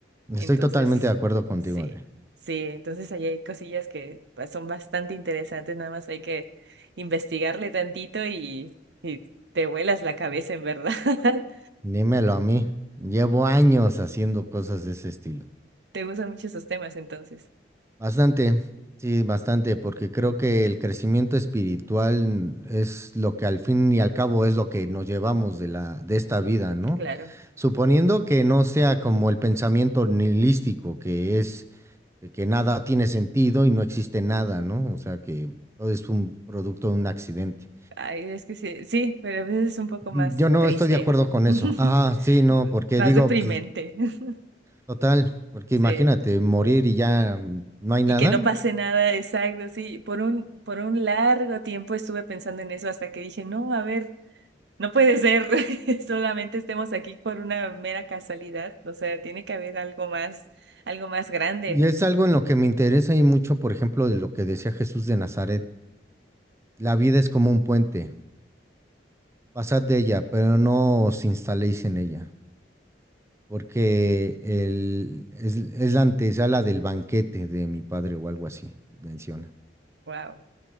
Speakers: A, on the right (about 15°); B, on the right (about 75°).
A: Estoy
B: Entonces,
A: totalmente de acuerdo contigo,
B: sí,
A: Adrián.
B: sí, entonces ahí hay cosillas que pues, son bastante interesantes, nada más hay que investigarle tantito y, y te vuelas la cabeza en verdad. <laughs>
A: Dímelo a mí. Llevo años haciendo cosas de ese estilo.
B: Te gustan mucho esos temas entonces.
A: Bastante, sí, bastante, porque creo que el crecimiento espiritual es lo que al fin y al cabo es lo que nos llevamos de la, de esta vida, ¿no?
B: Claro,
A: Suponiendo que no sea como el pensamiento nihilístico, que es de que nada tiene sentido y no existe nada, ¿no? O sea, que todo es un producto de un accidente.
B: ay, es que sí, sí, pero a veces es un poco
A: Yo
B: más
A: no
B: triste,
A: estoy de acuerdo con
B: <laughs>
A: eso. Ajá, sí, no, porque
B: más
A: digo,
B: deprimente,
A: pues,
B: <laughs>
A: total, porque
B: sí.
A: imagínate morir y ya no hay nada.
B: Y que no pase nada, exacto, sí. Por un, por un largo tiempo estuve pensando en eso hasta que dije, no, a ver, no puede ser, <laughs> solamente estemos aquí por una mera casualidad, o sea, tiene que haber algo más, algo más grande.
A: Y es algo en lo que me interesa y mucho, por ejemplo, de lo que decía Jesús de Nazaret. La vida es como un puente. Pasad de ella, pero no os instaléis en ella, porque el, es, es la antesala del banquete de mi padre o algo así, menciona.
B: Wow.